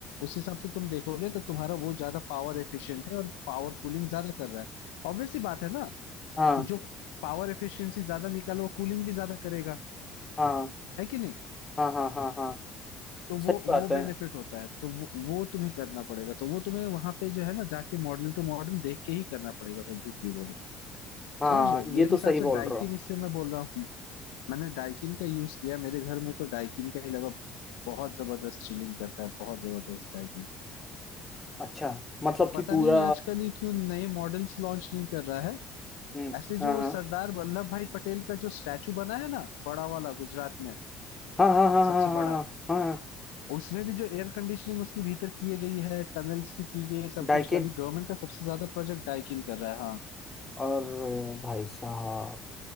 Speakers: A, on the left (about 85°); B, on the left (about 20°).
A: उस हिसाब से तुम देखोगे तो तुम्हारा वो ज्यादा पावर एफिशिएंट है और पावर कूलिंग ज्यादा कर रहा है ऑब्वियस सी बात है ना
B: हाँ
A: कि जो पावर एफिशिएंसी ज्यादा निकाले वो कूलिंग भी ज्यादा करेगा
B: हाँ
A: है कि नहीं
B: हाँ हाँ हाँ हाँ
A: तो
B: सही
A: वो
B: बात
A: वो
B: है
A: बेनिफिट होता है तो वो, वो तुम्हें करना पड़ेगा तो वो तुम्हें वहां पे जो है ना जाके मॉडल टू मॉडल देख के ही करना पड़ेगा भाई झूठ की बोलो
B: हाँ
A: समझ रहे हो मेरे
B: ये तो
A: हिसाब
B: सही
A: से
B: बोल
A: डाइकिन
B: रहे हो
A: इसलिए मैं बोल रहा हूँ मैंने डाइकिन का यूज किया मेरे घर में तो डाइकिन का ही लगा बहुत जबरदस्त चिलिंग करता है बहुत जबरदस्त डाइकिन
B: अच्छा मतलब
A: तो पता
B: कि पूरा
A: नहीं आजकल ये क्यों नए मॉडल्स लॉन्च नहीं कर रहा है
B: हम्म
A: ऐसे
B: हाँ
A: जो वो
B: हाँ
A: सरदार वल्लभ भाई पटेल का जो स्टैचू बना है ना बड़ा वाला गुजरात में
B: हाँ हाँ हाँ
A: सबसे
B: हाँ हाँ
A: बड़ा
B: हाँ हाँ
A: उसमें भी जो एयर कंडीशनिंग उसकी भीतर की गई है टनल्स की की गई है सब
B: डाइकिन
A: कुछ किया अभी गवर्नमेंट का सबसे ज्यादा प्रोजेक्ट डाइकिन कर रहा है हाँ
B: और भाई साहब